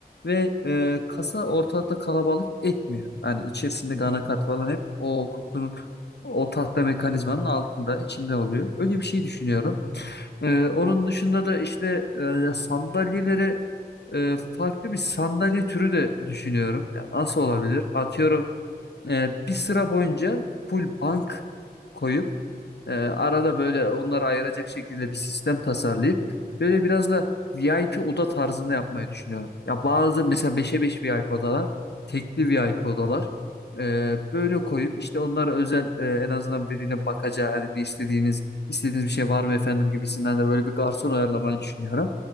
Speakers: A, on the left; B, on the left.
A: ve e, kasa ortalıkta kalabalık etmiyor. Hani içerisindeki
B: Hı hı.
A: anakart falan hep o kutunun o tahta mekanizmanın altında içinde oluyor. Öyle bir şey düşünüyorum.
B: Hı hı.
A: Ee, onun dışında da işte e, sandalyeleri e, farklı bir sandalye türü de düşünüyorum. Yani nasıl olabilir? Atıyorum e, bir sıra boyunca full bank koyup ee, arada böyle onları ayıracak şekilde bir sistem tasarlayıp böyle biraz da VIP oda tarzında yapmayı düşünüyorum. Ya bazı mesela 5'e 5 VIP odalar, tekli VIP odalar ee, böyle koyup işte onlara özel e, en azından birine bakacağı hani ne istediğiniz istediğiniz bir şey var mı efendim gibisinden de böyle bir garson ayarlamayı düşünüyorum.